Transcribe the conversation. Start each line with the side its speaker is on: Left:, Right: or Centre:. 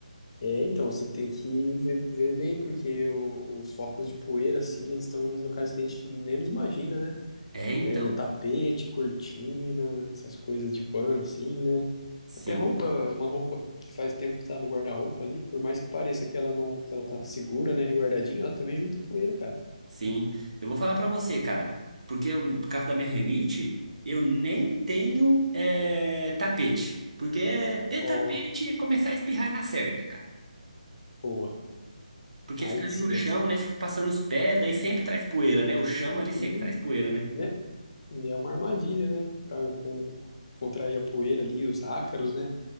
Left: É, então, você tem que ver, ver bem, porque o- os focos de poeira, assim, eles estão em locais que a gente menos imagina, né?
Right: É, então.
Left: É, tapete, cortina, essas coisas de pano, assim, né?
Right: Sim.
Left: Até roupa, uma roupa que faz tempo que tá no guarda-roupa ali, por mais que pareça que ela não, que ela tá segura, né, e guardadinha, ela também junta poeira, cara.
Right: Sim, eu vou falar pra você, cara, porque eu- por causa da minha rinite, eu nem tenho eh, tapete, porque ter
Left: Ó,
Right: tapete é começar a espirrar na certa, cara,
Left: boa.
Right: porque
Left: Aí
Right: fica ali
Left: sim,
Right: no chão,
Left: aí sim.
Right: né, fica passando os pés, daí sempre traz poeira, né, o chão ali
Left: Sim,
Right: sempre traz poeira, né,
Left: né? E é uma armadilha, né? Pra con- contrair a poeira ali, os ácaros, né?